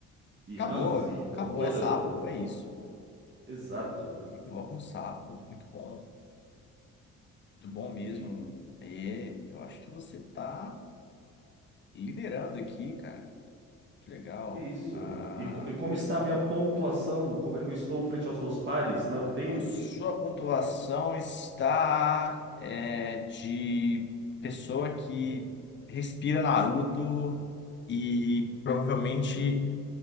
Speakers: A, on the right; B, on the left.
A: e
B: Acabou,
A: Hans e do-
B: acabou,
A: toda.
B: é sapo, é isso.
A: Exato.
B: Ele invoca um sapo, muito bom. Muito bom mesmo.
A: Em-
B: É, eu acho que você tá liderando aqui, cara. Que legal.
A: Que isso?
B: A,
A: E, co- e como está a minha pontuação? Como é que eu estou frente aos meus pares naruteiros?
B: a sua pontuação está é, de pessoa que respira Naruto e provavelmente